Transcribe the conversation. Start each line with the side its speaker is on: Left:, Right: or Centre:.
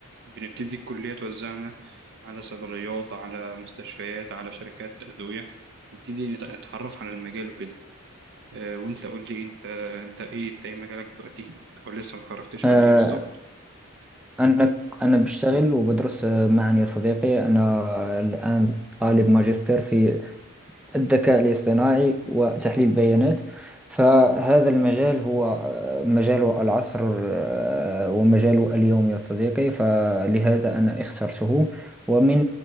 Right: بنبتدي الكلية توزعنا على صيدليات على مستشفيات على شركات أدوية نبتدي نت- نتعرف على المجال وكده آه وانت قول لي انت انت ايه انت ايه مجالك دلوقتي او لسه ما اتخرجتش
Centre: آه،
Right: ولا ايه بالظبط
Centre: أنا أنا بشتغل وبدرس معا يا صديقي أنا الآن طالب ماجستير في الذكاء الاصطناعي وتحليل البيانات فهذا المجال هو آه، مجال العصر آه، ومجال اليوم يا صديقي فلهذا أنا اخترته ومن